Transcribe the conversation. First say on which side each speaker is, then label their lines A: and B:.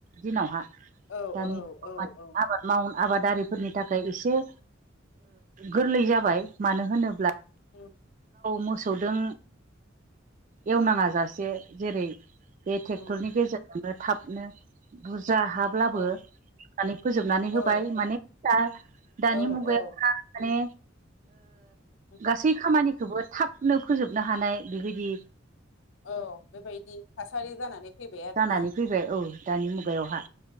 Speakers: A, on the right; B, on the left.
A: दिनावहा।
B: औ
A: दानि
B: औ औ
A: आबाद
B: औ
A: मावनाय आबादारिफोरनि थाखाय एसे गोरलै जाबाय मानो होनोब्ला
B: उम
A: मोसौदों एवनाङा जासे जेरै बे ट्रेक्टरनि
B: उम
A: गेजेरजोंनो थाबनो बुरजा हा ब्लाबो
B: औ
A: नानै फोजोबनानै होबाय
B: औ
A: माने दा दानि
B: औ
A: मुगायाव
B: औ
A: माने।
B: उम उम
A: गासै खामानिखौबो थाबनो फोजोबनो हानाय बेबायदि
B: औ बेबायदि थासारि जानानै फैबाय आरोना
A: जानानै फैबाय औ दानि मुगाव बिायावहा